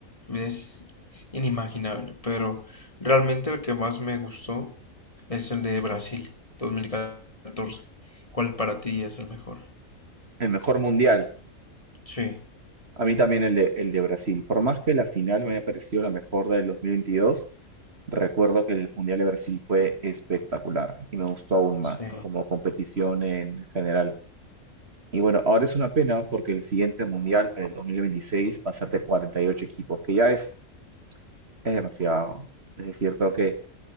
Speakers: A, on the left (about 25°); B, on the right (about 50°).
A: es inimaginable, pero realmente el que más me gustó es el de Brasil dos mil catorce ¿Cuál para ti es el mejor?
B: El mejor mundial.
A: Sí,
B: A mí también el de, el de Brasil. Por más que la final me haya parecido la mejor del 2022, recuerdo que el mundial de Brasil fue espectacular y me gustó aún más
A: sí,
B: como competición en general. Y bueno, ahora es una pena porque el siguiente mundial, en el 2026, va a ser de 48 equipos, que ya es, es demasiado. Es decir, creo que